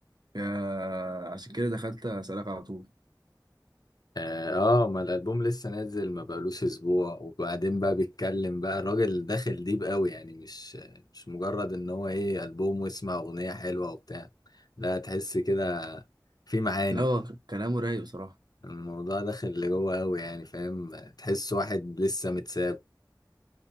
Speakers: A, on the right; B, on the left.
A: يا- عشان كده دخلت أسألك على طول
B: آه آه، ما الألبوم لسه نازل ما بقالوش أسبوع وبعدين بقى بيتكلم بقى الراجل داخل ديب أوي يعني مش مش مجرد إن هو إيه ألبوم واسمع أغنية حلوة وبتاع لا تحس كده في معاني
A: لا هو ك- كلامه رايق بصراحة
B: الموضوع داخل لجوه أوي يعني فاهم تحس واحد لسه متساب